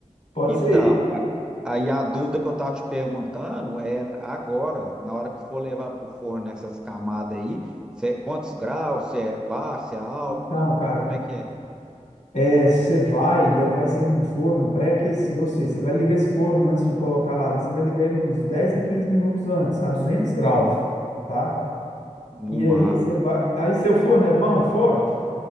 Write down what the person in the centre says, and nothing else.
Então,
a- aí a dúvida que eu estava te perguntando é agora, na hora que for levar para o forno essas camadas aí, se é quantos graus, se é baixo, se é alto,
como é que é?
Aham.
No
mar.
aham.